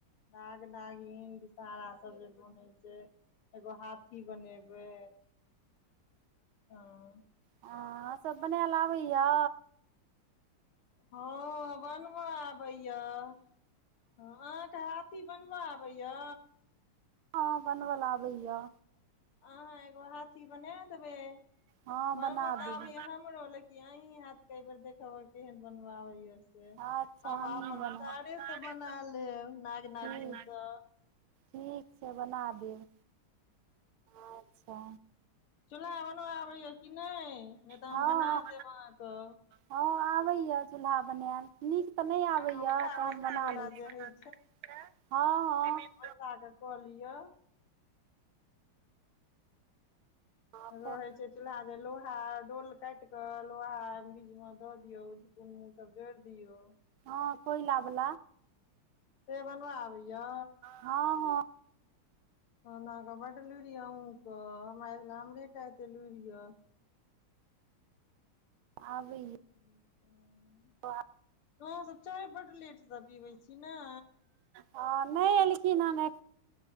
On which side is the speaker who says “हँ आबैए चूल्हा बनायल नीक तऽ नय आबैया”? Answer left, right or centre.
Right